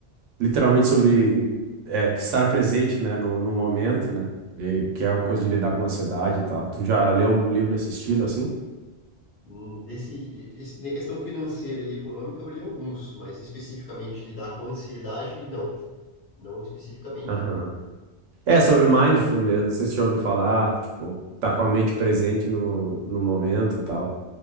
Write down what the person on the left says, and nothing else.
Hum, Desse, esse, na questão financeira e econômica, eu li alguns, mas especificamente lidar com ansiedade, não, não especificamente.